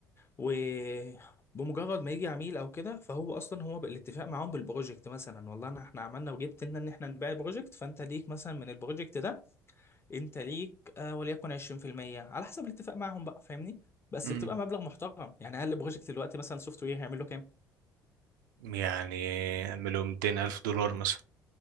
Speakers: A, on the left; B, on the right.
A: وبمجرد ما يجي عميل او كده فهو اصلا هو بالاتفاق معاهم بالبروجكت مثلا والله انا احنا عملنا وجبت لنا ان احنا نبيع بروجكت فانت ليك مثلا من البروجكت ده انت ليك آه وليكن 20% على حسب الاتفاق معاهم بقى فاهمني بس
B: مم.
A: بتبقى مبلغ محترم يعني اقل بروجكت دلوقتي مثلا سوفت وير هيعمل له كام
B: يعني اعمله 200 الف دولار مثلا